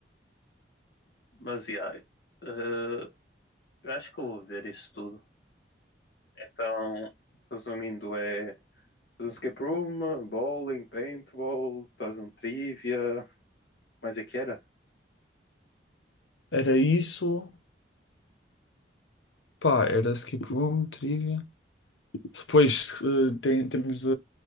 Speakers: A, on the left; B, on the left.
A: Mas, yeah, eh, eu acho que eu vou ver isso tudo. Então, resumindo, é fazer um escape room, bowling, paintball, talvez um trivia, mais é que era?
B: Era isso. Pá, era skip room, trivia. Depois eh, tem- temos de